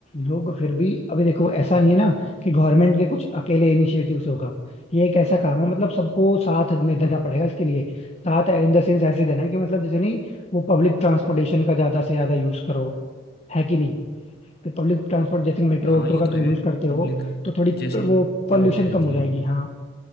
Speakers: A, on the left; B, on the left.
A: लोग फिर भी अभी देखो ऐसा नहीं है ना कि गवर्नमेंट के कुछ अकेले इनिशिएटिव से होगा ये एक ऐसा काम है मतलब सबको साथ में देना पड़ेगा इसके लिए साथ इन द सेंस ऐसे देना है कि मतलब जैसे नहीं वो पब्लिक ट्रांसपोर्टेशन का ज्यादा से ज्यादा यूज करो है कि नहीं कि पब्लिक ट्रांसपोर्ट जैसे मेट्रो
B: हाँ
A: वेट्रो
B: ये
A: का
B: तो
A: तुम
B: है
A: यूज करते हो
B: पब्लिक
A: तो थोड़ी
B: जैसे
A: प- वो
B: क्या
A: पॉल्यूशन
B: हो गया है
A: कम
B: कि
A: हो जाएगी
B: अब
A: हाँ